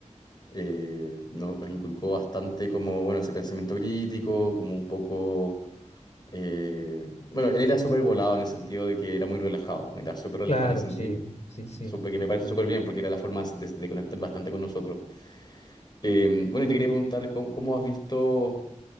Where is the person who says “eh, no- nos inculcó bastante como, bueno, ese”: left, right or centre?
Left